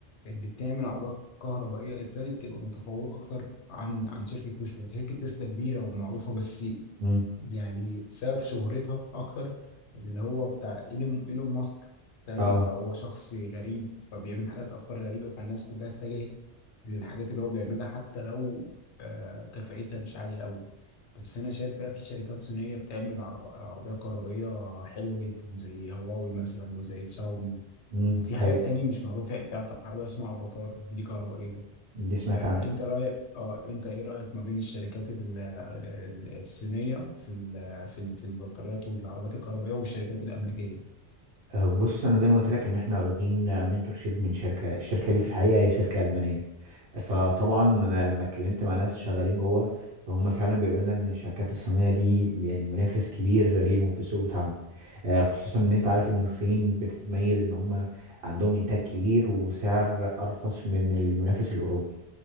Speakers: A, on the left; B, on the right.
A: اللي بتعمل عربيات كهربائيه ابتدت تبقى متفوقه اكتر عن عن شركه تسلا شركه تسلا كبيره ومعروفه بس
B: امم
A: يعني سبب شهرتها اكتر اللي هو بتاع ايلون إيلون ماسك فاهم
B: اه
A: فهو شخص غريب فبيعمل حاجات افكار غريبه فالناس كلها اتجهت للحاجات اللي هو بيعملها حتى لو آه، كفاءتها مش عاليه قوي بس انا شايف بقى في شركات صينيه بتعمل عر- عربيات كهربائيه حلوه جدا زي هواوي مثلا وزي شاومي
B: امم
A: وفي
B: الحقيقة
A: حاجات تانية مش معروفة في في عربية اسمها افاتار دي كهربائية
B: دي سمعت
A: فانت
B: عنها
A: رايك اه انت ايه رايك ما بين الشركات ال- ال- الصينيه في ال- في ال- في البطاريات والعربيات الكهربائيه والشركات الامريكيه
B: آه، بص انا زي ما قلت لك ان احنا واخدين منتورشيب من شركه الشركه دي في الحقيقه هي شركه المانيه فطبعا انا لما اتكلمت مع ناس شغالين جوه فهم فعلا بيقولوا لنا ان الشركات الصينيه دي يعني منافس كبير ليهم في السوق بتاعهم آه، خصوصا ان انت عارف ان الصين بتتميز ان هم عندهم انتاج كبير وسعر ارخص من المنافس الاوروبي